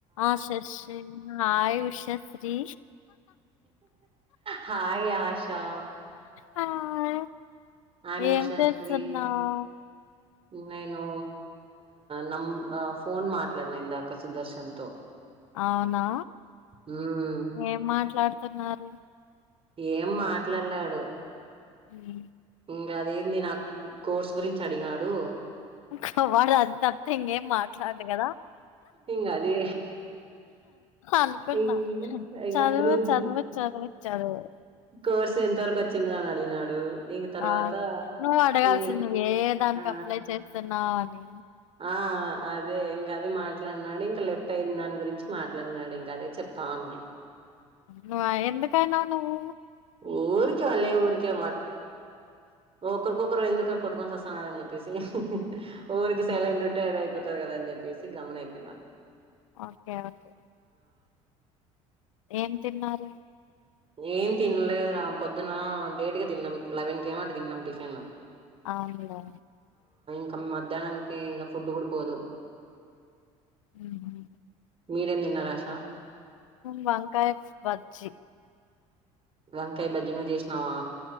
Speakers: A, on the left (about 85°); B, on the right (about 35°).
A: ఆ Sashi hi Ushasri
B: hi Asha
A: hi
B: I'm
A: ఏం
B: ఉషశ్రీ
A: చేస్తున్నావు?
B: నేను నం ఫోన్ మాట్లాడిన ఇందాక సుదర్శన్తో
A: అవునా
B: మ్,
A: ఏం మాట్లాడ్తున్నారు.
B: ఏం మాట్లాడ్లే ఆడు
A: మ్
B: ఇంకా అదేంది నాకు కోర్స్ గురించి అడిగినాడు
A: <unintelligible> మాట్లాడడు కదా!
B: ఇం అది
A: అనుకున్నా.
B: ఇ ఇక
A: చదువు,
B: గ్రూప్
A: చదువు, చదువు, చదువు.
B: కోర్స్ ఎంత వరకు వచ్చింద అని అడిగినడు ఇంక తర్వాత
A: ఆ! నువ్వు అడగాల్సింది
B: ఈ
A: నువ్వు ఏ దానికి
B: ఆ
A: అప్లై చేస్తున్నావు అని.
B: ఆ అదే ఇంకా అదే మాట్లాడినాడు ఇంకా లెఫ్ట్ అయిన దాని గురించి మాట్లాడినాడు ఇంకా అదే చెప్తామని
A: నువ్ ఎందుకనావు నువ్వు
B: ఊరికే వాళ్ళే ఊరికే ఒకరికొకరు ఎందుక కొట్టుకొని వస్త ని చెప్పేసి ఊరికి
A: మ్మ్.
B: సేలంటింట ఏదయిపోతారు కదా అని చెప్పేసి గమునయిపోయినారు
A: ఓకే ఓకే ఏం తిన్నారు?
B: ఏం తినలేదు రా పొద్దున లేట్ గా తిన్నాం లెవెన్ కీ అట్ట తిన్నాం టిఫిన్లు
A: అవునా
B: ఇంకా మధ్యాహ్నానికి ఇంకా ఫుడ్ కూడా పోదు
A: హ్మ్
B: మీరేం తిన్నారు ఆశా
A: వంకాయ బజ్జి
B: వంకాయ బజ్జి నువ్వు చేసినవా